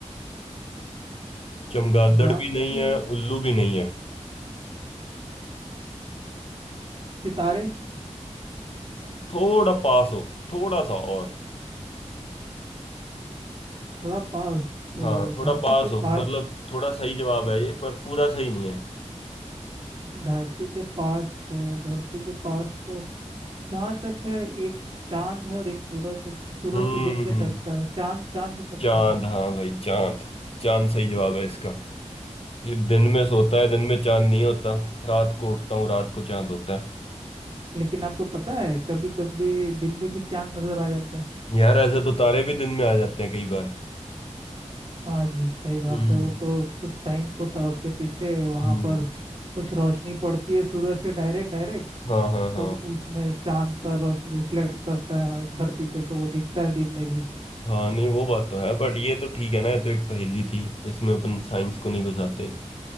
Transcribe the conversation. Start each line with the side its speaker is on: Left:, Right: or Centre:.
Left: चमगादड़
Right: रात
Left: भी नहीं
Right: को-
Left: है उल्लू भी नहीं है
Right: सितारे
Left: थोड़ा पास हो थोड़ा सा और
Right: थोड़ा पास तो
Left: हाँ थोड़ा
Right: धरती
Left: पास
Right: के
Left: हो
Right: पास
Left: मतलब थोड़ा सही जवाब है ये पर पूरा सही नहीं है
Right: धरती के पास तो धरती के पास तो जहाँ तक है एक चांद है और एक सूरज है सूरज
Left: हम्म
Right: तो दिन में जगता है चांद चांद हो सकता
Left: चांद
Right: है
Left: हाँ भाई चांद चांद सही जवाब है इसका कि दिन में सोता है दिन में चांद नहीं होता रात को उठता हूँ रात को चांद होता है
Right: लेकिन आपको पता है कभी कभी दिन में भी चांद नजर आ जाता है
Left: यार ऐसे तो तारे भी दिन में आ जाते हैं कई बार
Right: हाँ जी सही बात
Left: हम्म
Right: है वो तो कुछ साइंस होता है उसके पीछे वहां
Left: हम्म
Right: पर कुछ रोशनी पड़ती है सूरज से डायरेक्ट डायरेक्ट
Left: हाँ हाँ हाँ
Right: तो उसमें चांद का रोशनी रिफ्लेक्ट करता है धरती पे तो वो दिखता है दिन में भी
Left: हाँ नहीं वो बात तो है बट ये तो ठीक है ना ये तो एक पहेली थी इसमें अपन साइंस को नहीं घुसाते